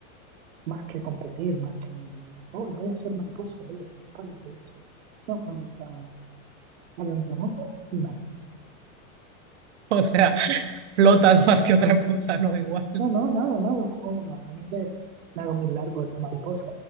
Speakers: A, on the right; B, on the right.
A: Más que competir, más que, hoy voy a ser mariposa, voy a ser espalda, voy a ser-". No, me gusta al remojo, nada.
B: O sea, <laughs> flotas más que otra cosa, ¿no? Igual.
A: No, no, nada, nada. hago- normalmente me hago mis largos de mariposa,